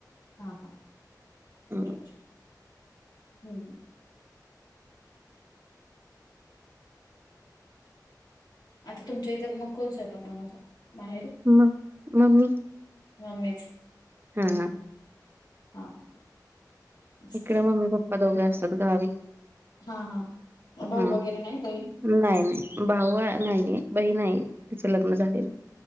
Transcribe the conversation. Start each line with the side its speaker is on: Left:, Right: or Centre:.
Left: हा हा
Right: हं.
Left: बरोबर हू आता तुमच्या इथं मग कोण स्वयंपाक बनवत माहेरी
Right: मग मम्मी
Left: मम्मीच
Right: हां,
Left: हू हू हा मस्त
Right: इकडे मम्मी पप्पा दोघे असतात गावी
Left: हा हा भाऊ
Right: हं.
Left: वगैरे नाही बहिण
Right: नाही नाही भाऊ नाहीये बहीण आहे तिचं लग्न झालेलं